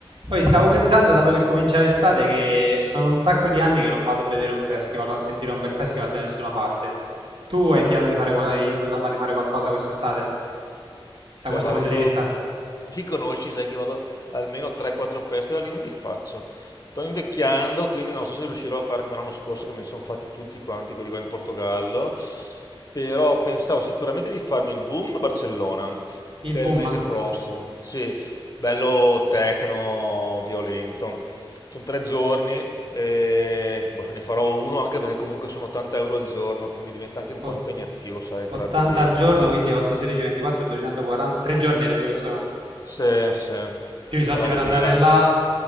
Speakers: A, on the right; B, on the left.
A: Poi stavo pensando, dato che comincia l'estate, che sono un sacco di anni che non vado a vedere un festival o a sentire un bel festival da nessuna parte. Tu hai in piano di fare, qual- hai in programma di fare qualcosa quest'estate, da
B: Beh,
A: questo
B: guarda,
A: punto
B: io
A: di vista?
B: mi conosci, sai che vado almeno 3-4 festival, io me li faccio. Sto invecchiando, quindi non so se riuscirò a fare come l'anno scorso, che me li sono fatti tutti quanti, quelli qua in Portogallo. Però pensavo sicuramente di farmi il boom a Barcellona,
A: Il
B: che
A: boom?
B: è il mese prossimo. Sì, bello tecno, violento. Sono tre giorni, e, boh, ne farò uno anche perché comunque sono 80 euro al giorno, quindi diventa anche un
A: O-
B: po' impegnativo, sai, tra
A: 80
B: biglietti.
A: al giorno, quindi 8, 16, 24, 240, 3 giorni ha detto che sono.
B: Sì, sì,
A: Più i soldi
B: però
A: per
B: dopo
A: andare
B: devi, va-
A: là,